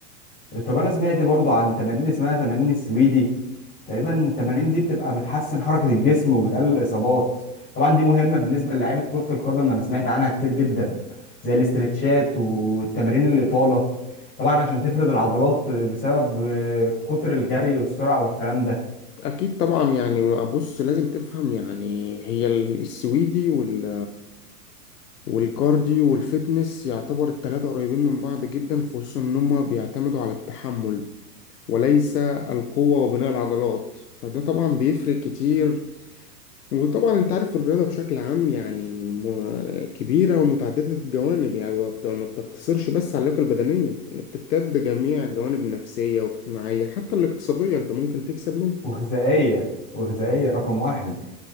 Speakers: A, on the left; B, on the left.
A: طب انا سمعت برضو عن تمارين اسمها تمارين السويدي تقريبا التمارين دي بتبقى بتحسن حركة الجسم وبتقلل الاصابات طبعا دي مهمة بالنسبة للاعيبة كرة القدم انا سمعت عنها كتير جدا زي الاسترتشات والتمارين الإطالة طبعا عشان تفرد العضلات بسبب آه، كتر الجري والسرعة والكلام ده
B: أكيد طبعا يعني بص لازم تفهم يعني هي ال- السويدي وال والكارديو والفيتنس يعتبر التلاتة قريبين من بعض جدا خصوصا إن هما بيعتمدوا على التحمل وليس القوة وبناء العضلات فده طبعا بيفرق كتير وطبعا انت عارف الرياضة بشكل عام يعني م- كبيرة ومتعددة الجوانب يعني ما بت- ما بتقتصرش بس على اللياقة البدنية بتمتد جميع الجوانب النفسية واجتماعية حتى الاقتصادية انت ممكن تكسب منها
A: وغذائية وغذائية رقم واحد